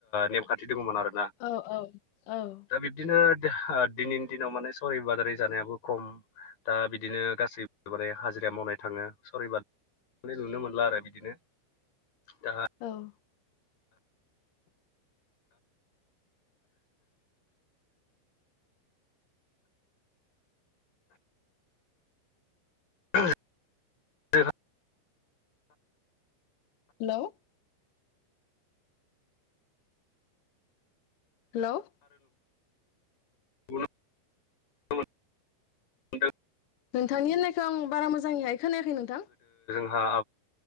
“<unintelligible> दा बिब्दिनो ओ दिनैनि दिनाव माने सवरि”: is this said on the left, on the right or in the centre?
Left